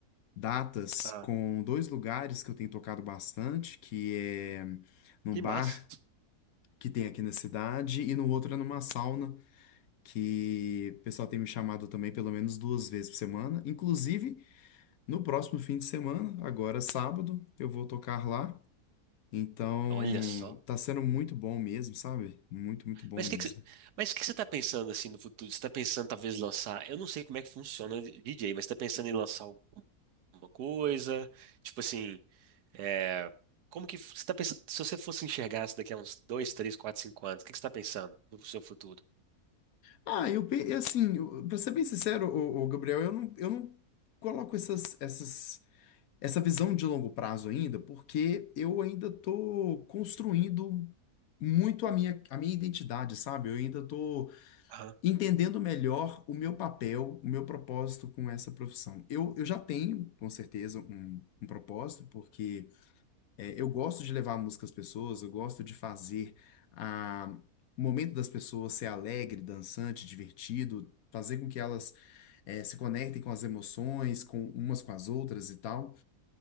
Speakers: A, on the left; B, on the right.
A: datas
B: Ah,
A: com dois lugares que eu tenho tocado bastante, que é num
B: que
A: bar
B: massa.
A: que tem aqui na cidade e no outro é numa sauna que o pessoal tem me chamado também pelo menos duas vezes por semana. Inclusive, No próximo fim de semana, agora sábado, eu vou tocar lá. Então,
B: Olha só.
A: tá sendo muito bom mesmo, sabe? Muito, muito bom
B: Mas
A: mesmo.
B: o que que você, mas o que que você tá pensando assim no futuro? Você tá pensando talvez lançar, eu não sei como é que funciona o DJ, mas você tá pensando em lançar alguma coisa? Tipo assim, é, como que você tá pensando, se você fosse enxergar isso daqui a uns dois, três, quatro, cinco anos, o que que você tá pensando no seu futuro?
A: Ah, eu, pe- assim, eu- pra ser bem sincero, o, Gabriel, eu não, eu não coloco essas, essas, essa visão de longo prazo ainda, porque eu ainda tô construindo muito a minha, a minha identidade, sabe? Eu ainda tô
B: Ah,
A: entendendo melhor o meu papel, o meu propósito com essa profissão. Eu, eu já tenho, com certeza, um, um propósito, porque é, eu gosto de levar a música às pessoas, eu gosto de fazer a, o momento das pessoas ser alegre, dançante, divertido, fazer com que elas é, se conectem com as emoções, com umas com as outras e tal.